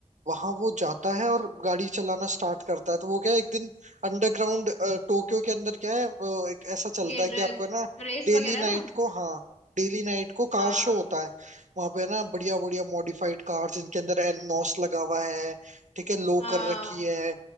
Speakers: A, on the right; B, on the left.
A: वहां वो जाता है और गाड़ी चलाना स्टार्ट करता है तो वो क्या है एक दिन अंडरग्राउंड टोक्यो के अंदर क्या है वो एक ऐसा चलता
B: ये
A: है कि
B: ड्रग
A: आपको है ना
B: रेस
A: डेली
B: वगैरह
A: नाइट
B: ना
A: को हाँ डेली नाइट को
B: हाँ
A: कार शो होता है वहां पे है ना
B: हम्म,
A: बढ़िया बढ़िया मॉडिफाइड कार जिनके अंदर एनोस लगा हुआ है ठीक है लो
B: हाँ
A: कर रखी है